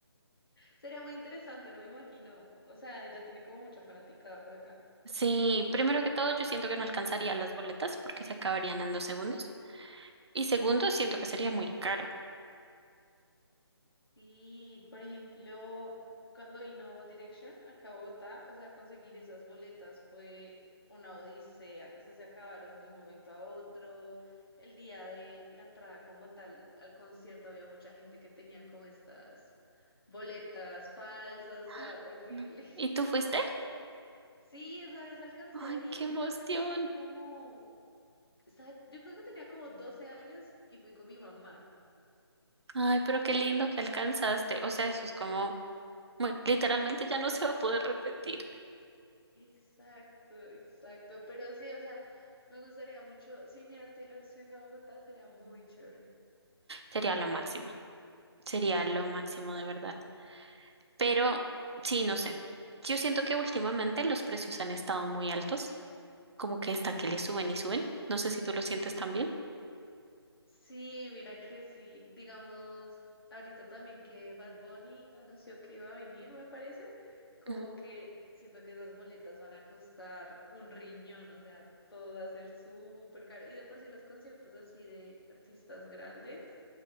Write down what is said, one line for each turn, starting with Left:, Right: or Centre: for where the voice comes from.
Left: Sería muy interesante, no me imagino. O sea, ella tiene como mucha fanaticada por acá.
Right: Sí, primero que todo, yo siento que no alcanzaría las boletas porque se acabarían en dos segundos. Y segundo, siento que sería muy caro.
Left: Sí, por ejemplo, cuando vino One Direction acá a Bogotá, o sea, conseguir esas boletas fue una odisea. Eso se acabaron de un momento a otro. El día de la entrada como tal al concierto había mucha gente que tenía como estas boletas falsas, o sea,
Right: Ay,
Left: horrible.
Right: no.
Left: <laughs>
Right: ¿Y tú fuiste?
Left: Sí, esa vez alcancé
Right: Ay,
Left: a ir,
Right: qué emoción.
Left: creo que tenía como, estaba- yo creo que tenía como 12 años y fui con mi mamá.
Right: Ay, pero qué lindo que alcanzaste. O sea, eso es como, bueno, literalmente ya no se va a poder repetir.
Left: Exacto, exacto. Pero sí, o sea, me gustaría mucho, si viniera Taylor Swift a Bogotá, sería muy chévere.
Right: Sería lo máximo. Sería lo máximo de verdad. Pero, sí, no sé. Yo siento que últimamente los precios han estado muy altos. como que están que le suben y suben. No sé si tú lo sientes también.
Left: Sí, mira que sí. Digamos, ahorita también que Bad Bunny anunció que iba a venir, me parece, como
Right: Ujú.
Left: que siento que esas boletas van a costar un riñón, o sea, todo va a ser súper caro. Y de por sí los conciertos así de artistas grandes,